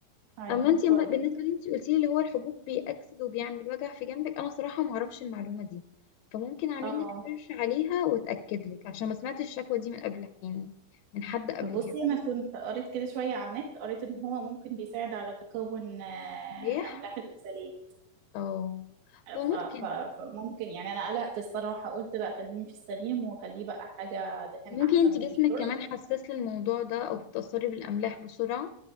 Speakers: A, on the right; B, on the left.
A: ايوه
B: أما انت أما-
A: طيب
B: بالنسبة لي انت قلتي لي اللي هو الحبوب بيأكسد وبيعمل وجع في جنبك أنا صراحة ما أعرفش المعلومة دي فممكن أعمل
A: اه
B: لك سيرش عليها وأتأكد لك عشان ما سمعتش الشكوى دي من قبل يعني من حد قبل
A: بصي
B: كده
A: انا كنت قريت كده شويه على النت قريت ان هو ممكن بيساعد على تكون آه،
B: ليه؟
A: املاح الاوكسالات
B: اه هو
A: ف...
B: ممكن
A: ف... فممكن يعني انا قلقت الصراحه قلت لا خليني في السليم وخليه بقى حاجه دهان
B: ممكن
A: احسن
B: انت جسمك
A: من الشرب
B: كمان حساس للموضوع ده او بتتأثري بالأملاح بسرعة